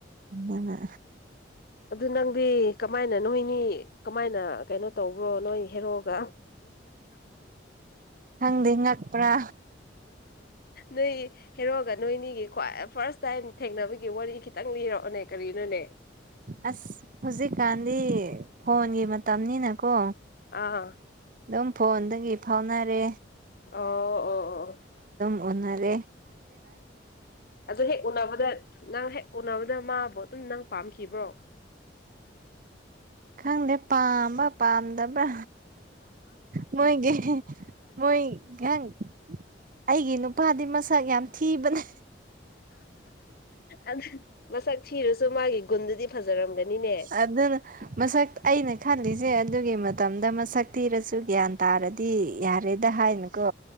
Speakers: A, on the right; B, on the left.
A: ꯑꯗꯨꯅ
B: ꯑꯗꯨ ꯅꯪꯗꯤ ꯀꯃꯥꯏꯅ ꯅꯣꯏꯅꯤ ꯀꯃꯥꯏꯅ ꯀꯩꯅꯣ ꯇꯧꯕ꯭ꯔꯣ ꯅꯣꯏ ꯍꯦꯔꯛꯒ
A: ꯈꯪꯗꯦ ꯉꯛꯄ꯭ꯔꯥ
B: ꯅꯣꯏ ꯍꯦꯔꯣꯒ ꯅꯣꯏꯅꯤꯒꯤ ꯈ꯭ꯋꯥꯏ ꯐꯥꯔꯁ ꯇꯥꯏꯝ ꯊꯦꯡꯅꯕꯒꯤ ꯋꯥꯔꯤ ꯈꯤꯇꯪ ꯂꯤꯔꯛꯑꯣꯅꯦ ꯀꯔꯤꯅꯣꯅꯦ
A: ꯑꯁ ꯍꯧꯖꯤꯛꯀꯥꯟꯗꯤ ꯐꯣꯟꯒꯤ ꯃꯇꯝꯅꯤꯅꯀꯣ
B: ꯑꯥ <inaudible>
A: ꯑꯗꯨꯝ ꯐꯣꯟꯗꯒꯤ ꯐꯥꯎꯅꯔꯦ
B: ꯑꯣ ꯑꯣ <inaudible>
A: ꯑꯣꯟꯅꯗ
B: ꯑꯗꯨꯗꯣ ꯍꯦꯛ ꯎꯅꯥꯕꯗ ꯅꯪ ꯍꯦꯛ ꯎꯅꯥ ꯃꯥꯕꯨꯣ ꯑꯗꯨꯝ ꯅꯪ ꯄꯥꯝꯈꯤꯕ꯭ꯔꯣ
A: ꯈꯪꯗꯦ ꯄꯥꯝꯕ ꯄꯥꯝꯗꯕ꯭ꯔꯥ ꯃꯣꯏꯒꯤ ꯃꯣꯏ ꯀꯪ ꯑꯩꯒꯤ ꯅꯨꯄꯥꯗꯤ ꯃꯁꯛ ꯌꯥꯝ ꯊꯤꯕꯅꯦ
B: ꯑꯗꯨ ꯃꯁꯛ ꯊꯤꯔꯨꯁꯨ ꯃꯥꯒꯤ ꯒꯨꯟꯗꯨꯗꯤ ꯐꯖꯔꯝꯒꯅꯤꯅꯦ
A: ꯑꯗꯨꯅ ꯃꯁꯛ ꯑꯩꯅ ꯈꯜꯂꯤꯁꯦ ꯑꯦ ꯑꯗꯨꯒꯤ ꯃꯇꯝꯗ ꯃꯁꯛ ꯊꯤꯔꯁꯨ ꯒ꯭ꯌꯥꯟ ꯇꯥꯔꯗꯤ ꯌꯥꯔꯦꯗ ꯍꯥꯏꯅꯨꯀꯣ